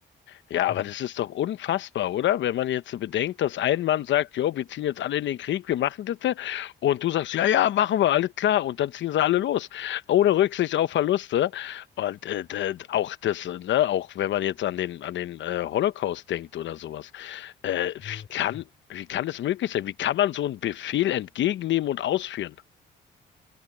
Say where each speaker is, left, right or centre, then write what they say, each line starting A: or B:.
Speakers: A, on the left; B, on the left.
A: Ja,
B: Ja,
A: aber das ist doch unfassbar, oder? Wenn man jetzt so bedenkt, dass ein Mann sagt, jo, wir ziehen jetzt alle in den Krieg, wir machen das, ja. und du sagst, ja, ja, machen wir, alles klar, und dann ziehen sie alle los, ohne Rücksicht auf Verluste. Und äh, d- auch das, äh, ne, auch wenn man jetzt an den an den äh, Holocaust denkt oder sowas, äh,
B: ja,
A: wie
B: ja, total.
A: kann wie kann es möglich sein? Wie kann man so einen Befehl entgegennehmen und ausführen?